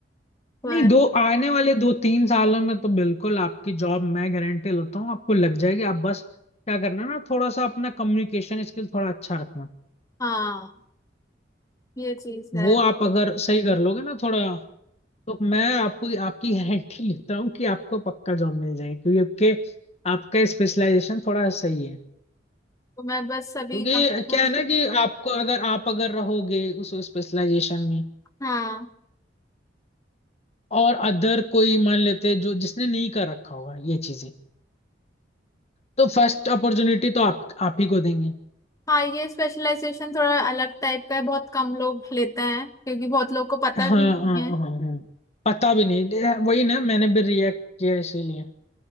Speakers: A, on the left (about 20°); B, on the left (about 35°).
A: पर
B: नहीं दो आने वाले दो तीन सालों में तो बिल्कुल आपकी जॉब मैं गारंटी लेता हूँ आपको लग जाएगी आप बस क्या करना ना थोड़ा सा अपना कम्युनिकेशन स्किल थोड़ा अच्छा रखना
A: हाँ ये चीज है
B: वो आप अगर सही कर लोगे ना थोड़ा तो मैं आपको आपकी गारंटी लेता हूँ कि आपको पक्का जॉब मिल जाएगी क्योंकि आपके आपका स्पेशलाइजेशन थोड़ा सही है
A: तो मैं बस अभी
B: क्योंकि
A: कम-
B: क्या है ना कि आपको अगर आप अगर रहोगे उस स्पेशलाइजेशन में
A: हाँ
B: और अदर कोई मान लेते जो जिसने नहीं कर रखा होगा ये चीजें तो फर्स्ट अपॉर्चुनिटी तो आप आप ही को देंगे
A: हाँ ये स्पेशलाइजेशन थोड़ा अलग टाइप का है बहुत कम लोग लेते हैं क्योंकि बहुत लोग को पता
B: हाँ हाँ
A: भी नहीं
B: हाँ
A: है
B: हाँ हाँ। पता भी नहीं दे- वही ना मैंने भी रिएक्ट किया इसीलिए